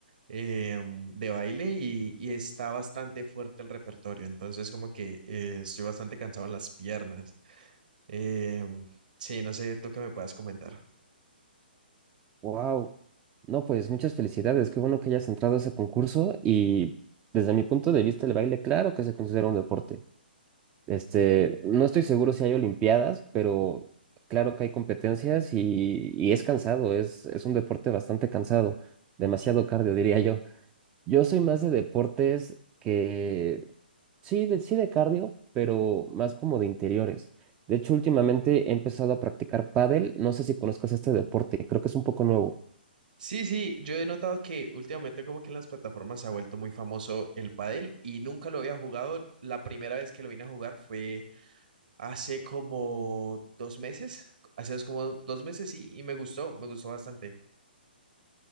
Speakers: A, on the right; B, on the right.
A: eh, de baile y, y está bastante fuerte el repertorio. Entonces como que eh, estoy bastante cansado en las piernas. Eh, sí, no sé, tú qué me puedas comentar.
B: Wow. No, pues muchas felicidades. Qué bueno que hayas entrado a ese concurso y desde mi punto de vista el baile, claro que se considera un deporte. Este, no estoy seguro si hay olimpiadas, pero claro que hay competencias y, y es cansado, es, es un deporte bastante cansado, demasiado cardio, diría yo. Yo soy más de deportes que, sí, de, sí de cardio, pero más como de interiores. De hecho, últimamente he empezado a practicar pádel. No sé si conozcas este deporte, creo que es un poco nuevo.
A: Sí, sí, yo he notado que últimamente como que en las plataformas se ha vuelto muy famoso el pádel y nunca lo había jugado. La primera vez que lo vine a jugar fue hace como dos meses, hace dos- como dos meses, sí, y me gustó, me gustó bastante.